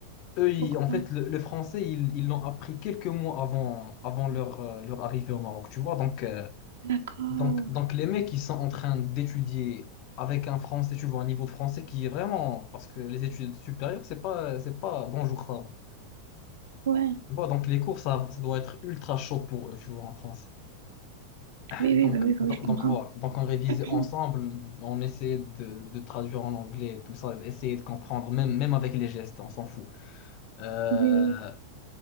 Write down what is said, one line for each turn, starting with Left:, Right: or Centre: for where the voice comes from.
Left: eux, ils-
Right: Pourquoi?
Left: en fait, le, le français, ils, ils l'ont appris quelques mois avant, avant leur, euh, leur arrivée au Maroc, tu vois. Donc, euh,
Right: D'accord.
Left: donc, donc les mecs, ils sont en train d'étudier avec un français, tu vois, un niveau de français qui est vraiment... Parce que les études supérieures, c'est pas, c'est pas bonjour, ça. va.
Right: Ouais.
Left: Tu vois, donc les cours, ça, ça doit être ultra chaud pour eux, tu vois, en français.
Right: Oui,
Left: Donc,
Right: oui, bah oui, bah
Left: donc,
Right: oui, je comprends.
Left: donc voilà. Donc on révisait
Right: <clears throat>
Left: ensemble, on essayait de, de traduire en anglais, tout ça, essayer de comprendre, même, même avec les gestes, on s'en fout. Euh,
Right: Oui, oui.